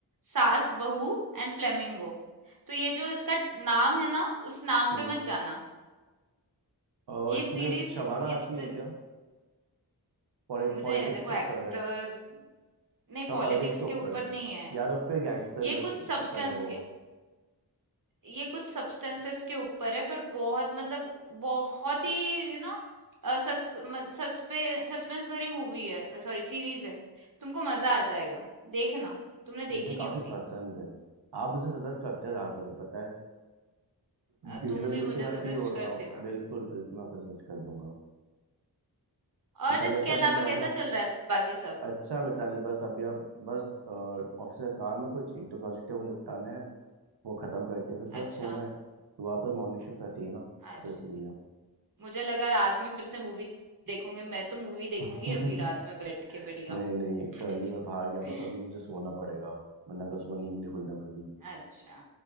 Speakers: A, on the right (about 55°); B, on the right (about 85°).
A: सास बहू एंड फ्लेमिंगो तो ये जो इसका नाम है ना उस नाम
B: हम्म।
A: पे मत जाना
B: और
A: ये
B: इसमें
A: सीरीज
B: शबाना आशमी
A: इत
B: है क्या पॉलिट,
A: मुझे
B: पॉलिटिक्स
A: देखो
B: के
A: एक्टर
B: ऊपर है
A: नहीं
B: थोड़ा
A: पॉलिटिक्स
B: पॉलिटिक्स के ऊपर
A: के ऊपर
B: है
A: नहीं है
B: या तो फिर गैंगस्टर
A: ये
B: के उस-
A: कुछ सब्सटेंस
B: ऊपर है वो
A: के ये कुछ सब्सटेंसेस के ऊपर है पर बहुत मतलब बहुत ही यू नो सस्पेंस भरी मूवी है सॉरी सीरीज है तुमको मजा आ जाएगा देखना तुमने
B: मुझे
A: देखी नहीं
B: काफी
A: होगी
B: पसंद है आप मुझे सजेस्ट करते रहा करो पता है
A: अ,
B: यूजुअली
A: तुम भी
B: क्योंकि
A: मुझे
B: मैं
A: सजेस्ट
B: फ्री होता
A: करते
B: हूँ
A: रहो
B: बिल्कुल बिल्कुल मैं आपको सजेस्ट कर दूंगा
A: और
B: मिताली
A: इसके
B: आप क्या
A: अलावा
B: करने वाले
A: कैसा चल रहा है बाकी सब
B: अच्छा मिताली बस अभी अब बस ऑफिस का काम है कुछ एक दो प्रोजेक्ट है वो निपटाने हैं वो खत्म करके फिर
A: अच्छा
B: बस सोना है तो वापस मॉर्निंग शिफ्ट रहती है ना
A: आज
B: तो इसलिए
A: मुझे लगा रात में फिर से मूवी देखोगे मैं तो मूवी देखूंगी
B: <laughs>
A: अभी रात में बैठ के बढ़िया
B: नहीं नहीं
A: <laughs>
B: कल ही मैं बाहर गया था तो अभी मुझे सोना पड़ेगा अब, वरना कल सुबह नींद नहीं खुलने वाली है
A: अच्छा